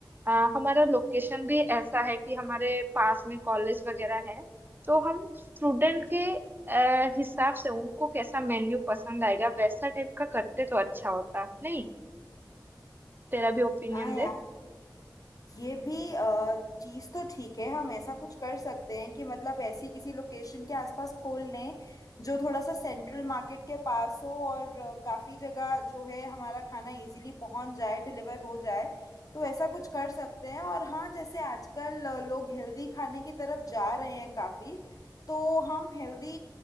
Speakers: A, on the right; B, on the left.
A: अ, हमारा लोकेशन भी ऐसा है कि हमारे पास में कॉलेज वगैरह है तो हम स्टूडेंट के अ, हिसाब से उनको कैसा मेन्यू पसंद आएगा वैसा टाइप का करते तो अच्छा होता नहीं तेरा भी ओपिनियन
B: हाँ
A: दे
B: ये भी चीज तो ठीक है हम ऐसा कुछ कर सकते हैं कि मतलब ऐसी किसी लोकेशन के आसपास खोल लें जो थोड़ा सा सेंट्रल मार्केट के पास हो और अ, काफी जगह जो है हमारा खाना इजीली पहुंच जाए डिलीवर हो जाए तो ऐसा कुछ कर सकते हैं और हाँ जैसे आजकल अ, लोग हेल्दी खाने की तरफ जा रहे हैं काफी तो हम हेल्दी